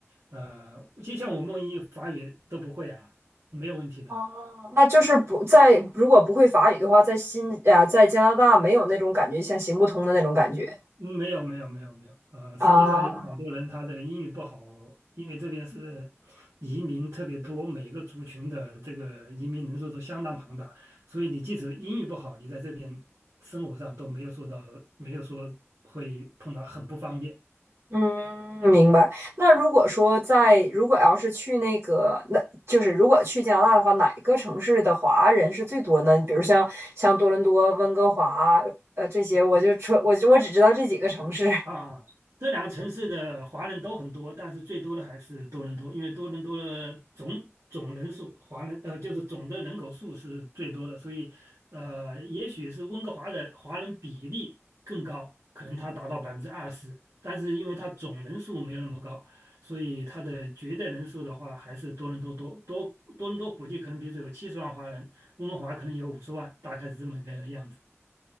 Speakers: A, on the right; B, on the right.
A: 呃，就像我们一法语都不会啊，没有问题的。
B: 哦，那就是不在，如果不会法语的话，在新啊，在加拿大没有那种感觉，像行不通的那种感觉
A: 嗯，没有没有没有没有，呃，实际上有好多人他的英语不好，
B: 啊。
A: 因为这边是移民特别多，每个族群的这个移民人数都相当庞大，所以你即使英语不好，你在这边生活上都没有受到，没有说会碰到很不方便。
B: 嗯，明白。那如果说在，如果要是去那个，那就是如果去加拿大的话，哪个城市的华人是最多呢？比如像像多伦多、温哥华，呃，这些，我就说，我我只知道这几个城市。
A: 啊，这两个城市的华人都很多，但是最多的还是多伦多，因为多伦多的总总人数，华人呃就是总的人口数是最多的，所以呃，也许是温哥华的华人比例更高，可能它达到百分之二十，但是因为它总人数没有那么高，所以它的绝对人数的话还是多伦多多多多伦多估计可能比如说有七十万华人，温哥华可能有五十万，大概是这么一个样子。